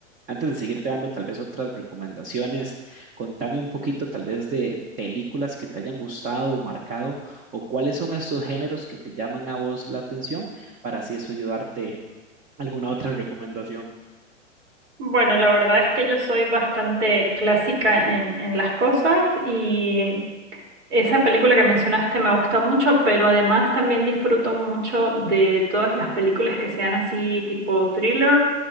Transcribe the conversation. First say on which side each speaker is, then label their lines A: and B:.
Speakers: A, on the right; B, on the right.
A: Antes de seguirte dando tal vez otras recomendaciones, contame un poquito tal vez de películas que te hayan gustado o marcado, o cuáles son esos géneros que te llaman a vos la atención, para así eso ayudarte a alguna otra recomendación.
B: Bueno, la verdad es que yo soy bastante clásica en, en las cosas y Esa película que mencionaste me gusta mucho, pero además también disfruto mucho de todas las películas que sean así tipo thriller,